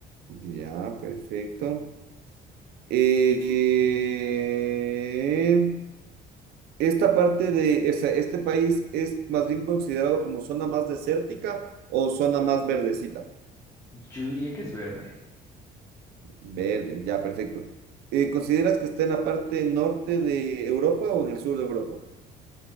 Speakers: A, on the right (about 70°); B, on the left (about 15°).
A: Ya, perfecto. Eh, ¿esta parte de esa- este país es más bien considerado como zona más desértica o zona más verdecita?
B: Yo diría que es verde.
A: Verde, ya, perfecto. Eh, ¿consideras que está en la parte norte de Europa o en el sur de Europa?